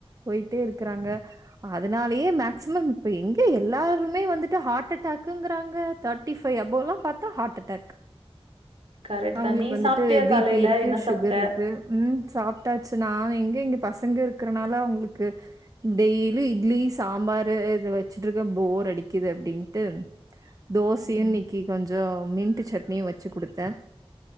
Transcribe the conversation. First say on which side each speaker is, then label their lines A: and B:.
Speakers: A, on the right; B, on the right.
A: போய்ட்டே இருக்றாங்க அதனாலயே மேக்சிமம் இப்போ எங்க எல்லாருமே வந்துட்டு ஹார்ட்டடாக்குங்றாங்க தேர்ட்டி ஃபைவ் அபொவ் போலா பாத்தா ஹார்ட்டடாக்
B: கரெக்ட்
A: அவுங்ளுக்கு
B: தான். நீ
A: வந்துட்டு
B: சாப்ட்டியா
A: பிபி
B: காலையில?
A: இருக்கு
B: என்ன
A: சுகர்
B: சாப்ட்ட?
A: இருக்கு உம் சாப் எதாச்சு நான் எங்க இங்க பசங்க இருக்கறனால அவங்களுக்கு டெய்லி இட்லி சாம்பாரு இத வச்சுட்டு இருக்க போர் அடிக்குது அப்படின்ட்டு தோசையும்
B: ம்.
A: நி கொஞ்சம் மின்ட்டு சட்னியும் வச்சு கொடுத்தா